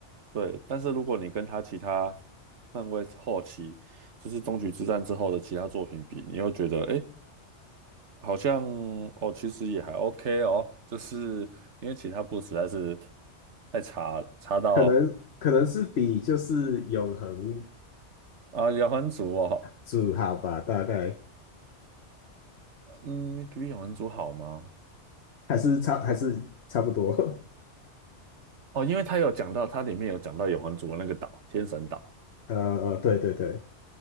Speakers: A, on the right; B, on the left.
A: 对。但是如果你跟他其他漫威后期就是终局之战之后的其他作品比，你又觉得诶好像哦，其实也还 OK 哦，就是因为其他部实在是太差了，差到
B: 可能可能是比就是永恒
A: 啊，永恒族哦，
B: 主好吧，大概
A: 嗯，比永恒族好吗？
B: 还是差还是差不多。<laughs>
A: 哦，因为他有讲到，它里面有讲到永恒族的那个岛，天神岛，
B: 呃呃，对对对，